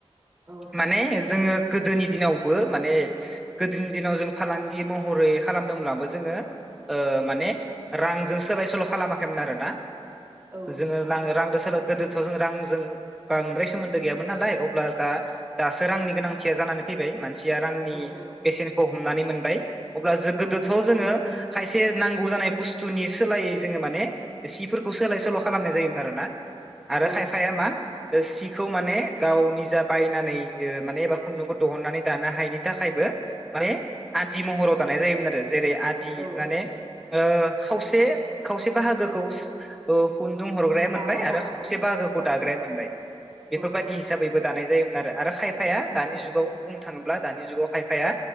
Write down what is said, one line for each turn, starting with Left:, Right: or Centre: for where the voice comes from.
Right: औ नोंथां
Centre: माने जोङो गोदोनि दिनावबो माने गोदोनि दिनाव जों फालांगि महरै खालामदोंब्लाबो जोङो माने रांजों सोलाय सोल खालामाखैमोन आरोना
Right: औ
Centre: जोङो
Right: नोंथां
Centre: लां रांदो सोला गोदोथ' जों रांजों बांद्राय सोमोन्दो गैयामोन नालाय अब्ला दा दासो रांनि गोनांथिया जानानै फैबाय मान सिया रांनि
Right: औ औ
Centre: बेसेनख हमनानै मोनबाय अब्ला जो गोदोथ'
Right: औ
Centre: जोङो खायसे नांगौ जानाय बुस्थुनि सोलायै जोङो माने सिफोरखौ सोलाय सोल' खालामनाय जायोमोन आरोना आरो
Right: औ
Centre: खायफाया मा ओ सिखौ माने गाव निजा बायनानै ओ माने एबा खन्दुंखौ दहुननानै दानो हायिनि थाखायबो माने आदि महराव दानाय जायोमोन आरो जेरै आदि
Right: औ
Centre: माने ओ खावसे खावसे बाहागोखौ ओ खुन्दुं हरग्राया
Right: दाग्रा
Centre: मोनबाय आरो खावसे बाहागोखौ
Right: औ
Centre: दाग्राया मोनबाय बेफोरबायदि
Right: औ औ
Centre: हिसाबैबो दानाय जायो मोन आरो आरो खाय फाया
Right: औ
Centre: दानि जुगाव बुं थाङोब्ला दानि जुगाव खायफाया